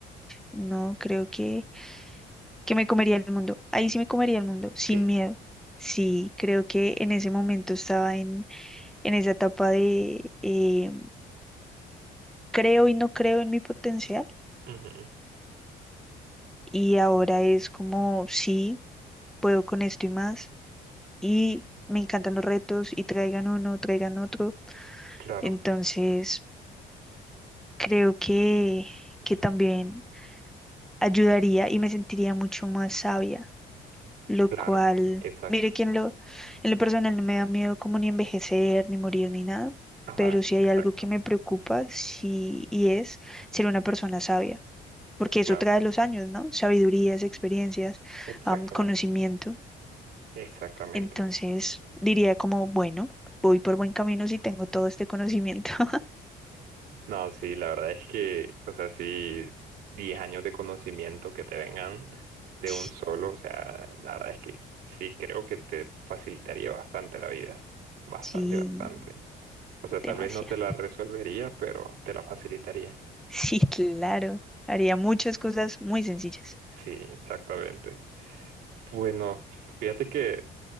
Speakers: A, in the centre; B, on the right (about 80°).
A: no, creo que, que me comería el mundo. Ahí sí me comería el mundo, sin
B: Sí.
A: miedo. Sí, creo que en ese momento estaba en, en esa etapa de eh, creo y no creo en mi potencial
B: Ujú,
A: y ahora es como sí. puedo con esto y más. Y me encantan los retos y traigan uno, traigan otro.
B: Claro,
A: Entonces, creo que, que también ayudaría y me sentiría mucho más sabia, lo
B: claro.
A: cual,
B: Exacto.
A: mire que en lo, en lo personal no me da miedo como ni envejecer, ni morir, ni nada.
B: Ajá,
A: Pero si
B: exacto.
A: hay algo que me preocupa, sí, y es ser una persona sabia, porque eso
B: Claro.
A: trae los años, ¿no? Sabidurías, experiencias,
B: Exactamente.
A: am, conocimiento.
B: Exactamente.
A: Entonces diría como, bueno, voy por buen camino si tengo todo este conocimiento. <laughs>
B: No, sí, la verdad es que, o sea, sí, 10 años de conocimiento que te vengan de
A: Sí,
B: un solo, o sea, la verdad es que sí creo que te facilitaría bastante la vida, bastante,
A: sí,
B: bastante. O sea, tal
A: demasiado.
B: vez no te la resolvería, pero te la facilitaría.
A: <laughs> Sí, claro. Haría muchas cosas muy sencillas.
B: Sí, exactamente. Bueno, fíjate que